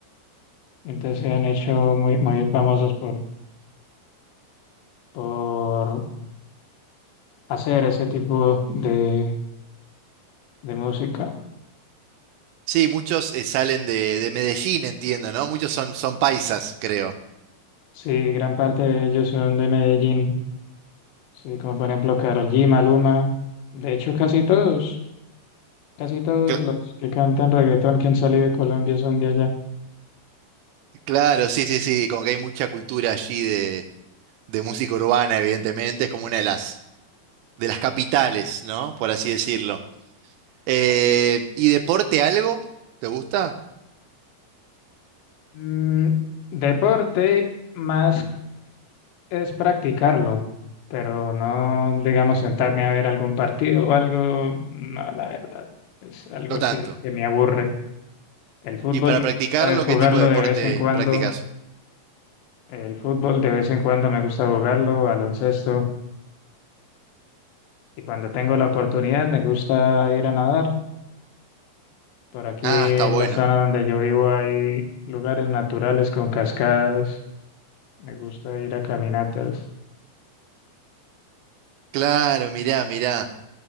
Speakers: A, on the left; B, on the right.
A: Entonces se han hecho muy, muy famosos por, por hacer ese tipo de, de música.
B: sí, muchos eh, salen de, de Medellín, entiendo, ¿no? Muchos son, son paisas, creo.
A: Sí, gran parte de ellos son de Medellín. Sí, como por ejemplo Karol G, Maluma. De hecho, casi todos, casi todos
B: Cl-
A: los que cantan reggaetón que han salido de Colombia son de allá.
B: claro, sí, sí, sí. Como que hay mucha cultura allí de, de música urbana, evidentemente. Es como una de las, de las capitales, ¿no? Por así decirlo.
A: Está-
B: Eh, ¿y deporte algo? ¿Te gusta?
A: Mm, deporte más es practicarlo, pero no, digamos, sentarme a ver algún partido o algo, no, la verdad, es algo
B: No tanto.
A: que, que me aburre. El fútbol
B: ¿Y para
A: me
B: practicarlo,
A: gusta es jugarlo
B: qué tipo de deporte
A: de vez en cuando,
B: practicas?
A: el fútbol de vez en cuando me gusta jugarlo, baloncesto, y cuando tengo la oportunidad me gusta ir a nadar. Por aquí
B: Ah,
A: en
B: está bueno.
A: la zona donde yo vivo hay lugares naturales con cascadas, me gusta ir a caminatas,
B: Claro, mirá, mirá.